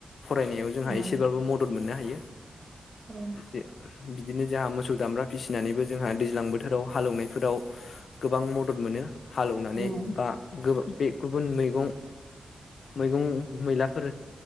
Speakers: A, on the left; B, on the right.
A: फरायनायाव जोंहा
B: उम
A: एसेबाबो मद मदद मोननो हायो
B: औ
A: से। बिदिनो जोंहा मोसौ दामब्रा फिसिनानैबो जोंहा दैज्लां बोथोराव हालौवनायफोराव गोबां मदद मोनो। हालेवनानै
B: उम
A: बा गोब बे गुबुन मै मैगं मैगं मैलाफोर